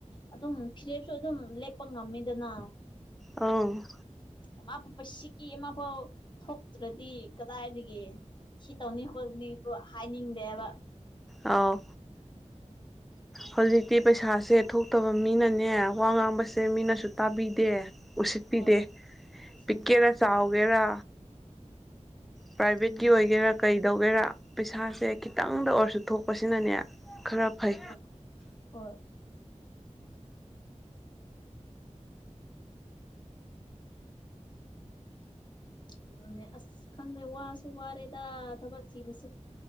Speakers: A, on the left; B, in the centre.
A: ꯑꯗꯨꯝ ꯐꯤꯔꯦꯞꯁꯨ ꯑꯗꯨꯝ ꯂꯦꯞꯄ ꯉꯝꯃꯤꯗꯥꯅ
B: ꯑꯎ
A: ꯑꯃꯄꯨꯄ ꯁꯤꯛꯀꯤ ꯑꯃꯕꯥꯎ ꯊꯣꯛꯇ꯭ꯔꯗꯤ ꯀꯗꯥꯏꯗꯒꯤ ꯁꯤ ꯇꯧꯅꯤ ꯈꯣꯠꯀꯅꯤꯗꯨ ꯍꯥꯏꯅꯤꯡꯗꯦꯕ
B: ꯑꯥꯎ
A: <inaudible>
B: ꯍꯧꯖꯤꯛꯇꯤ ꯄꯩꯁꯥꯁꯦ ꯊꯣꯛꯇꯕ ꯃꯤꯅꯅꯦ ꯋꯥ ꯉꯥꯡꯕꯁꯦ ꯃꯤꯅꯁꯨ ꯇꯥꯕꯤꯗꯦ ꯎꯁꯤꯠꯄꯤꯗꯦ
A: ꯍꯣꯏ ꯑꯁꯦꯡꯕ
B: ꯄꯤꯛꯀꯦꯔꯥ ꯆꯥꯎꯒꯦꯔꯥ ꯄ꯭ꯔꯥꯏꯚꯦꯠꯀꯤ
A: ꯎꯝ
B: ꯑꯣꯏꯒꯦꯔꯥ ꯀꯩꯗꯧꯒꯦꯔꯥ ꯄꯩꯁꯥꯁꯦ ꯈꯤꯇꯪꯗ ꯑꯣꯏꯔꯁꯨ ꯊꯣꯛꯄꯁꯤꯅꯅꯦ ꯈꯔ
A: <unintelligible>
B: ꯐꯩ
A: ꯍꯣꯏ ꯍꯣꯏ ꯑꯗꯨꯅꯦ ꯑꯁ ꯈꯪꯗꯦ ꯋꯥꯁꯨ ꯋꯥꯔꯦꯗ ꯊꯕꯛ ꯊꯤꯕꯁꯦ